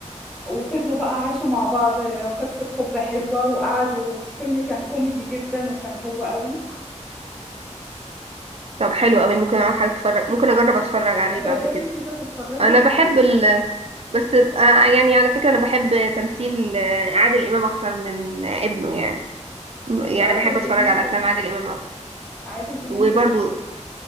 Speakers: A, in the centre; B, on the right (about 55°).
A: وفضلوا بقى عاشوا مع بعض قصة حب حلوة وقعدوا فيلم كان كوميدي جدا وكان حلو قوي
B: طب حلو قوي ممكن اروح اتفرج ممكن اجرب اتفرج عليه بعد
A: جربي
B: كده
A: كده تتفرجي
B: انا
A: عليه
B: بحب ال بس آه، يعني على فكرة أنا بحب تمثيل آه، عادل إمام أكتر من آه، ابنه يعني يعني
A: وعادل
B: بحب أتفرج
A: امام
B: على أفلام
A: جميل
B: عادل إمام أكتر
A: عادل امام
B: وبرضو
A: جميل